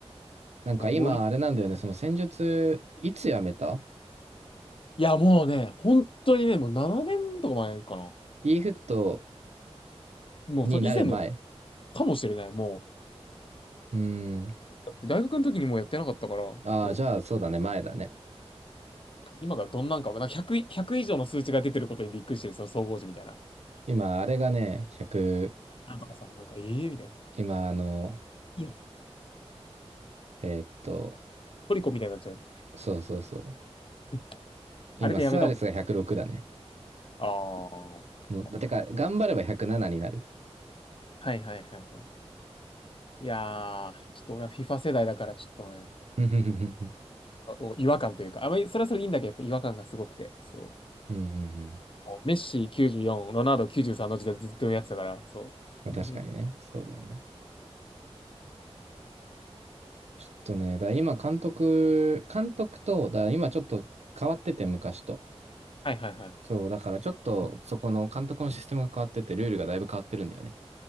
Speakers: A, on the right; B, on the left.
A: う。なんか今、
B: まあ、モーリ、
A: あれなんだよね、その戦術、いつやめた
B: いや、もうね、本当にね、もう7年とか前かな。
A: e フット
B: もう、
A: になる前。
B: そ以前のかもしれない、も
A: うーん。
B: う。だって大学の時にもうやってなかったから、
A: ああ、
B: そう、
A: じゃあそうだね、前だね。
B: 今がどんなんかわかんない、100以上の数値が出てることにびっくりしてる、その総合時みたいな。
A: 今、あれがね、100、
B: なんとかさ、なんか、ええみたいな。
A: 今、あの、
B: いや、
A: えーっと、
B: トリコみたいになっちゃう。
A: そうそうそう。
B: <laughs>
A: 今、
B: あれでやめたも
A: スアレスが106だね。
B: ん。
A: もう、
B: ああ。
A: てか、頑張れば107になる。
B: はいはいはいはい。いやー、ちょっと俺は FIFA 世代だからちょっとね、
A: うんうんうん
B: あもう違和感というか、あまりそれはそれでいいんだけど、やっぱ違和感がすごくて、そ
A: うんうん
B: う。メッシ94、ロナウド93の時代ずっとやってたから、そう。
A: まあ確かにね、
B: <laughs>
A: そうだよね。ちょっとね、だから今、監督、監督と、だから今ちょっと変わってて、昔と。
B: はいはいはい。
A: そう、だからちょっと、そこの監督のシステムが変わってて、ルールがだいぶ変わってるんだよね。